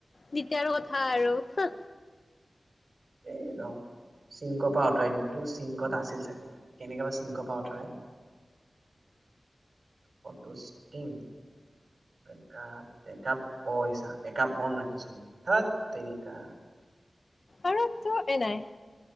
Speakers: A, on the left; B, on the right.
A: তেতিয়া আৰু কথা আৰু হুহ
B: এ ৰ চিংকৰ পৰা অঁতৰাই দিউ, এইটো চিংকত আছিল চাগে, কেনেকে বা চিংকৰ পৰা অঁতৰাই ফটো ছিংক, বেকআপ, বেকআপ অ' এই চা বেকআপ অন ৰাখিছো মই, ধত তেৰিকা।
A: আৰু টো এ নাই